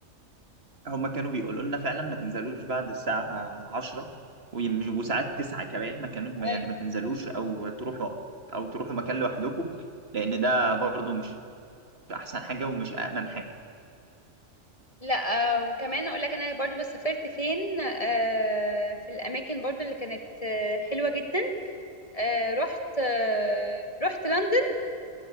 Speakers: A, on the right; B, on the left.
A: هما كانوا بيقولوا لنا فعلا ما تنزلوش بعد الساعة 10 ويم- وساعات 9 كمان ما كانوش ما- يعني
B: أيوة.
A: ما تنزلوش او تروحوا او تروحوا مكان لوحدكم لان ده برضو مش احسن حاجة ومش امن حاجة
B: لا آه، وكمان اقول لك انا برضو بس سافرت فين آه، في الاماكن برضو اللي كانت آه، حلوه جدا آه، رحت آه، رحت لندن